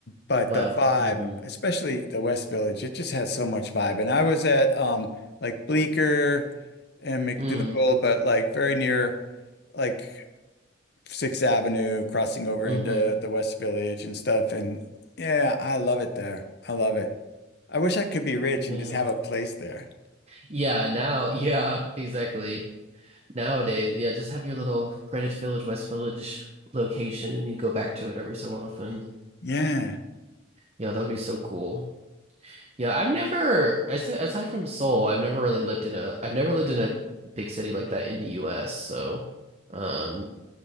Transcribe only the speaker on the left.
but
the vibe,
especially the West Village, it just has so much vibe. And I was at um like Bleecker and McDougal,
but like very near like Sixth Avenue, crossing over
into the West Village and stuff. And yeah, I love it there. I love it. I wish I could be rich
and just have a place there.
Yeah.